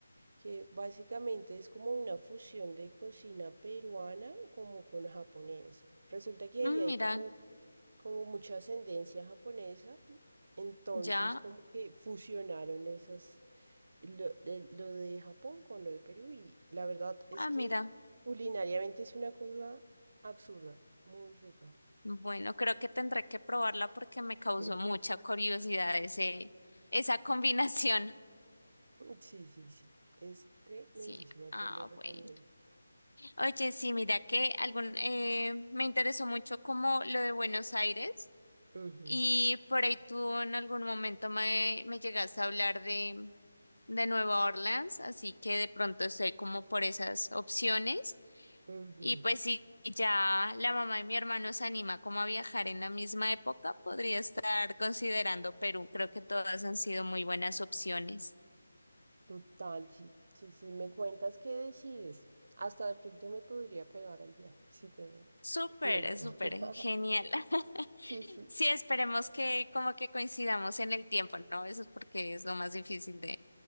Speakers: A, on the right; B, on the left.
A: que básicamente es como una fusión de cocina peruana como con japonesa. Resulta que
B: Mm,
A: ahí hay
B: mira,
A: como, como mucha ascendencia japonesa, entonces
B: ya,
A: como que fusionaron esas lo, el- lo de Japón con lo de Perú y la verdad es
B: ah,
A: que
B: mira.
A: culinariamente es una cosa absurda, muy rica.
B: Bueno, creo que tendré que probarla porque me causó
A: <laughs>
B: mucha curiosidad ese, esa <laughs> combinación.
A: Sí, sí, sí, es tremendísima,
B: Sí,
A: te
B: ah,
A: lo recomiendo.
B: bueno. Oye, sí, mira que algún, eh, me interesó mucho como lo de Buenos Aires.
A: Ujú,
B: Y por ahí tú en algún momento me, me llegaste a hablar de, de Nueva Orleans, así que de pronto estoy como por esas opciones.
A: ujú,
B: Y pues si ya la mamá de mi hermano se anima como a viajar en la misma época, podría estar considerando Perú. Creo que todas han sido muy buenas opciones.
A: Total, sí, sí, sí, me cuentas qué decides. Hasta de pronto me podría pegar al viaje, si tengo
B: Súper,
A: tiempo.
B: súper,
A: <laughs>
B: genial. <laughs>
A: Sí, sí,
B: Sí, esperemos que como que coincidamos en el tiempo, ¿no? Eso es porque es lo más difícil de,